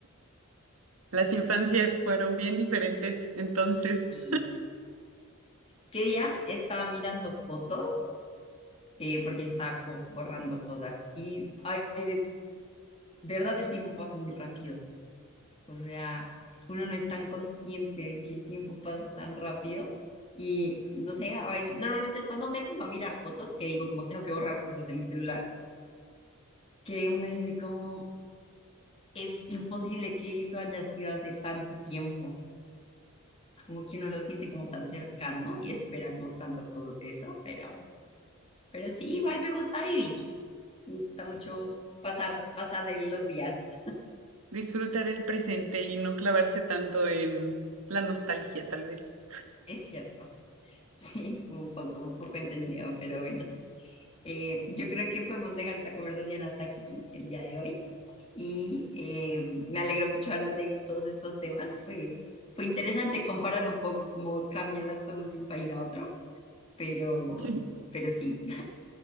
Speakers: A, on the right; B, on the left.
A: Las infancias fueron bien diferentes, entonces
B: Sí, ¿Qué día estaba mirando fotos? eh, porque estaba como borrando cosas. Y a veces, de verdad, el tiempo pasa muy rápido. O sea, uno no es tan consciente de que el tiempo pasa tan rápido. Y no sé, a veces, normalmente es cuando me pongo a mirar fotos que digo, como tengo que borrar cosas de mi celular, que uno dice, como es imposible que eso haya sido hace tanto tiempo. Como que uno lo siente como tan cercano y espera como tantas cosas de eso, pero, pero sí, igual me gusta vivir. Me gusta mucho pasar, pasar de los días.
A: disfrutar el presente y no clavarse tanto en la nostalgia, tal vez.
B: Es cierto. <laughs> Sí, un poco, un poco entendido, pero bueno. Eh, yo creo que podemos dejar esta conversación hasta aquí el día de hoy. Y eh, me alegro mucho hablar de todos estos temas. Fue, fue interesante comparar un poco cómo cambian las cosas de un país a otro, pero,
A: <laughs>
B: pero sí.